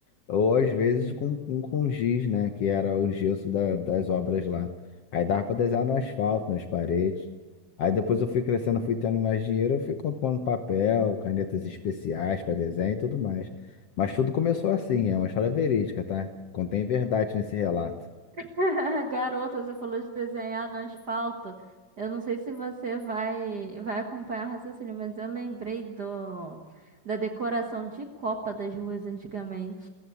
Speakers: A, on the left; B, on the right.
A: Ou às vezes com, com, com giz, né? Que era o gesso da- das obras lá. Aí dava para desenhar no asfalto, nas paredes. Aí depois eu fui crescendo, fui tendo mais dinheiro, eu fui comprando papel, canetas especiais para desenho e tudo mais. Mas tudo começou assim, é uma história verídica, tá? Contém verdade nesse relato.
B: <laughs> Garota, você falou de desenhar no asfalto. Eu não sei se você vai vai acompanhar o raciocínio, mas eu lembrei do da decoração de Copa das ruas antigamente.